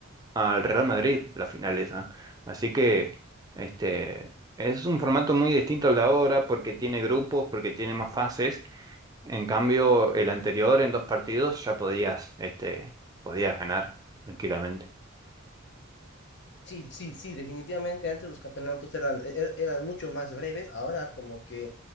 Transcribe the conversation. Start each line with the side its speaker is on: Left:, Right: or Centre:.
Right: al Real Madrid la final esa. Así que este, es un formato muy distinto al de ahora porque tiene grupos, porque tiene más fases. En cambio, el anterior, en dos partidos, ya podías, este, podías ganar tranquilamente.
Left: Sí, sí, sí, definitivamente antes los campeonatos eran, er- eran mucho más breves, ahora como que